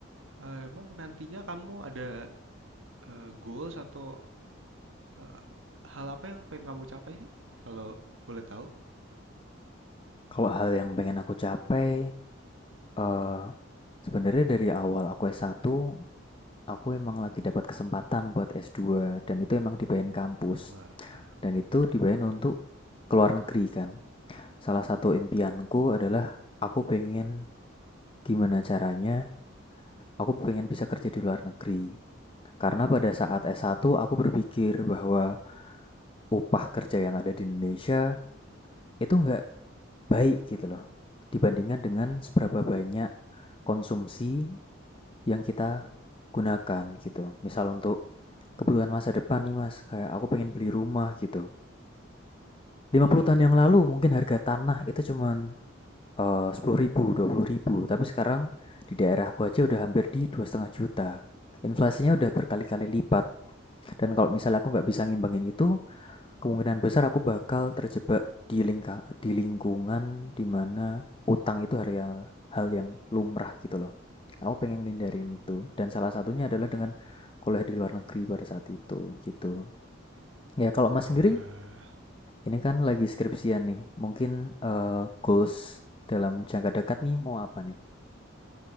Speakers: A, on the right; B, on the left.
A: eh, emang nantinya kamu ada eh, goals atau eh, hal apa yang pengen kamu capai sih? Kalau boleh tahu?
B: kalau hal yang pengen aku capai, eh sebenarnya dari awal aku s satu. Aku emang lagi dapat kesempatan buat S2 dan itu emang dibayarin kampus
A: Wah,
B: dan itu
A: keren-keren.
B: dibayarin untuk keluar negeri kan. Salah satu impianku adalah aku pengen gimana caranya aku pengen bisa kerja di luar negeri. Karena pada saat
A: Hmm,
B: S1 aku berpikir bahwa upah kerja yang ada di Indonesia itu nggak baik gitu loh. Dibandingkan dengan seberapa banyak konsumsi yang kita gunakan gitu. Misal untuk kebutuhan masa depan nih Mas, kayak aku pengen beli rumah gitu. lima
A: iya
B: puluh
A: iya.
B: tahun yang lalu mungkin harga tanah itu cuman uh, sepuluh ribu, dua puluh ribu, tapi sekarang di daerah daerahku aja udah hampir di dua setengah juta. Inflasinya udah berkali-kali lipat, dan kalau misalnya aku nggak bisa ngimbangin itu, kemungkinan besar aku bakal terjebak di, lingka- di lingkungan dimana utang itu hal hal yang lumrah gitu loh. Aku pengen hindarin
A: Hmm,
B: itu,
A: hmm,
B: dan
A: hmm.
B: salah satunya adalah dengan kuliah di luar negeri pada saat itu gitu. Ya, kalau Mas
A: Walah.
B: sendiri ini kan lagi skripsian nih. Mungkin eh, goals dalam jangka dekat nih mau apa nih?